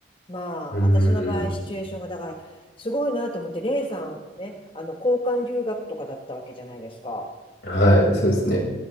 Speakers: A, on the left (about 30°); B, on the left (about 70°).
A: まあ、
B: うー
A: 私の場合、
B: ん。
A: シチュエーションが、だから、すごいなと思って、レイさんはね、あの、交換留学とかだったわけじゃないですか。
B: はい、そうですね。